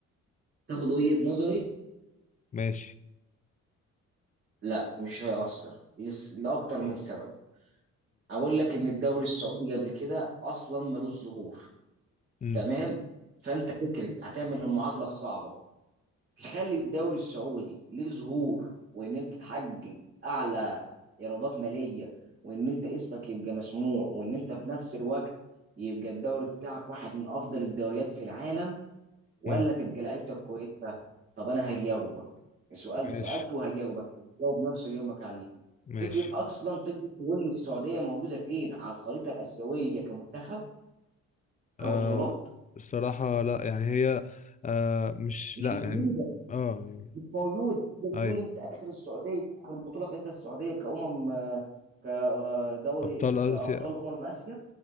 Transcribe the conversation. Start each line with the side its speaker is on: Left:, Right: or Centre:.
Right: تاخد وجهة نظري
Left: ماشي
Right: لا مش هيأثر لس... لأكتر من سبب أقول لك إن الدوري السعودي قبل كده أصلا ملوش ظهور
Left: امم
Right: تمام فأنت فكرة هتعمل المعادلة الصعبة تخلي الدوري السعودي ليه ظهور وإن أنت تحقق أعلى إيرادات مالية وإن أنت اسمك يبقى مسموع وإن أنت في نفس الوقت يبقى الدوري بتاعك واحد من أفضل الدوريات في العالم ولا
Left: امم
Right: تبقى لعيبتك كويسه طب انا هجاوبك السؤال
Left: ماشي
Right: سالته هجاوبك جاوب نفسه يجاوبك عليه
Left: ماشي
Right: فكره اصلا تقدر تقول لي السعوديه موجوده فين على الخريطه الاسيويه كمنتخب
Left: آه
Right: كبطولات
Left: الصراحة لا يعني هي آه مش
Right: مش
Left: لا
Right: موجوده
Left: يعني اه يعني
Right: مش موجوده تقدر
Left: ايوه
Right: تقول لي انت اخر السعوديه اخر بطوله خدتها السعوديه كامم آه، كدوري
Left: ابطال اسيا
Right: كابطال امم اسيا